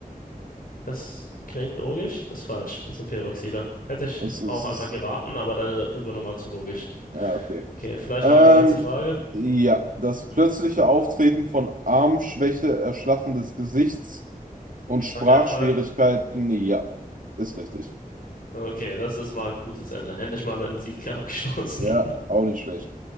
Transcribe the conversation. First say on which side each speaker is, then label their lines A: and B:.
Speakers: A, on the left; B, on the right.
A: das klingt logisch, ist falsch. Das sind Peroxide. Hätte ich
B: Es ist,
A: auch einfach
B: es ist,
A: geraten, aber deine Begründung war zu logisch.
B: ja, okay.
A: Okay, vielleicht
B: Ähm,
A: noch eine letzte Frage.
B: ja, das plötzliche Auftreten von Armschwäche, Erschlaffen des Gesichts und
A: Schlaganfall.
B: Sprachschwierigkeiten, ja, ist richtig.
A: Okay, das ist mal ein gutes Ende. Endlich mal mit einem Sieg <laughs> abgeschlossen.
B: Ja, auch nicht schlecht.